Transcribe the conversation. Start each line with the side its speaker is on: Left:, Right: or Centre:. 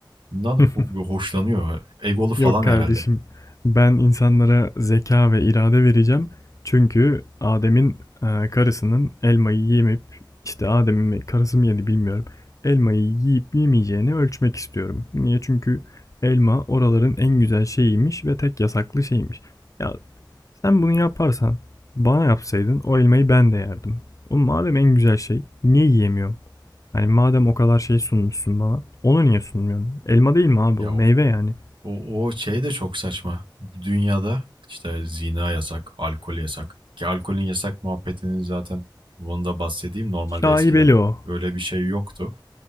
Right: Bundan
Left: <laughs>
Right: ho- hoşlanıyor. Egolu falan
Left: Yok kardeşim,
Right: herhalde.
Left: ben insanlara zeka ve irade vereceğim. Çünkü Adem'in e, karısının elmayı yemeyip işte Adem'in karısı mı yedi bilmiyorum. Elmayı yiyip yemeyeceğini ölçmek istiyorum. Niye? Çünkü elma oraların en güzel şeyiymiş ve tek yasaklı şeymiş. Ya Sen bunu yaparsan, bana yapsaydın o elmayı ben de yerdim. Oğlum madem en güzel şey, niye yiyemiyorum? Hani madem o kadar şey sunmuşsun bana, onu niye sunmuyorsun? Elma değil mi abi
Right: Ya
Left: o? Meyve yani.
Right: O, o şey de çok saçma. Dünyada işte zina yasak, alkol yasak. Ki alkolün yasak muhabbetinin zaten bunu da bahsedeyim. Normalde
Left: Şaibeli
Right: eskiden
Left: o.
Right: öyle bir şey yoktu.